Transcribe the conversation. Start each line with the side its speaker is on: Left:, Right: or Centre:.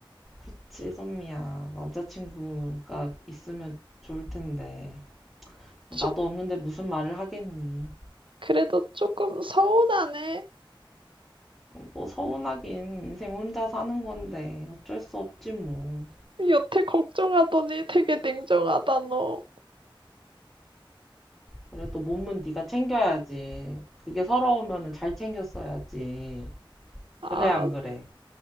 Centre: 그치, 선미야. 남자친구가 있으면 좋을 텐데. 뭐
Right: 좀,
Centre: 나도 없는데 무슨 말을 하겠니?
Right: 그래도 조금 서운하네.
Centre: 뭐 서운하긴 인생 혼자 사는 건데 어쩔 수 없지 뭐.
Right: 여태 걱정하더니 되게 냉정하다, 너.
Centre: 그래도 몸은 네가 챙겨야지. 그게 서러우면은 잘 챙겼어야지. 그래,
Right: 알았어.
Centre: 안 그래?